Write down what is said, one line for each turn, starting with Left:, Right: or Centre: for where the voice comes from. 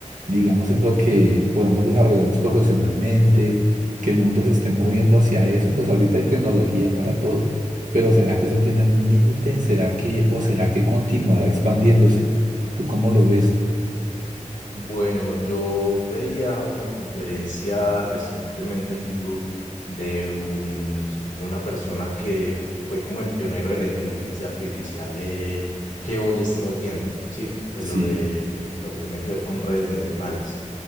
Right: digamos, en lo que podamos desarrollarnos profesionalmente? que el mundo se esté moviendo hacia eso, pues ahorita hay tecnología para todo. Pero ¿será que eso tiene algún límite? ¿Será que, o será que continuará expandiéndose? ¿Tú cómo lo ves?
Left: Bueno, yo veía una conferencia recientemente en YouTube de, un, de una persona que fue como el pionero de la inteligencia artificial eh, que hoy estamos viendo, ¿sí? De
Right: Sí,
Left: lo de lo que tiene que ver con redes neuronales,